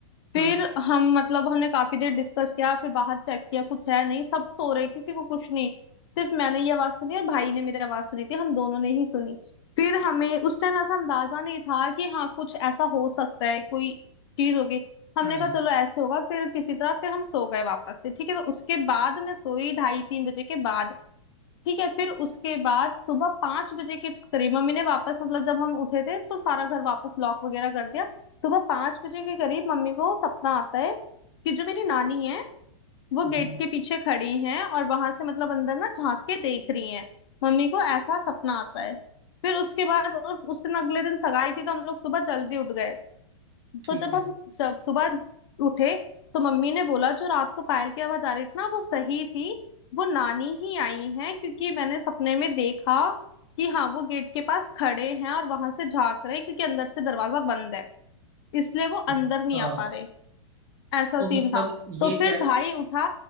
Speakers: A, on the left (about 55°); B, on the right (about 20°).
A: फिर
B: हम्म
A: हम मतलब हमने काफी देर डिस्कस किया फिर बाहर चेक किया कुछ है नहीं सब सो रहे किसी को कुछ नहीं सिर्फ मैंने ये आवाज सुनी और भाई ने मेरी आवाज सुनी थी हम दोनों ने ही सुनी फिर हमें उस टाइम ऐसा अंदाजा नहीं था कि हाँ कुछ ऐसा हो सकता है कोई चीज होगी हमने
B: हाँ
A: कहा चलो ऐसे होगा फिर किसी तरह फिर हम सो गए वापस से ठीक है तो उसके बाद मैं सोई ढाई तीन बजे के बाद ठीक है फिर उसके बाद सुबह पांच बजे के करीब मम्मी ने वापस मतलब जब हम उठे थे तो सारा घर वापस लॉक वगैरह कर दिया सुबह पांच बजे के करीब मम्मी को सपना आता है कि जो मेरी नानी है वो
B: हाँ,
A: गेट के पीछे खड़ी हैं और वहां से मतलब अंदर ना झांक के देख रही हैं मम्मी को ऐसा सपना आता है फिर उसके बाद और उस दिन अगले दिन सगाई थी तो हम लोग सुबह जल्दी उठ गए
B: ठीक
A: तो जब
B: है
A: हम जब सुबह उठे तो मम्मी ने बोला जो रात को पायल की आवाज आ रही थी ना वो सही थी वो नानी ही आई हैं क्योंकि मैंने सपने में देखा कि हाँ वो गेट के पास खड़े हैं और वहां से झांक रहे हैं क्योंकि अंदर से दरवाजा बंद है इसलिए वो
B: अच्छा
A: अंदर नहीं आ पा रहे ऐसा
B: तो
A: सीन
B: मतलब
A: था तो
B: ये
A: फिर
B: कह
A: भाई उठा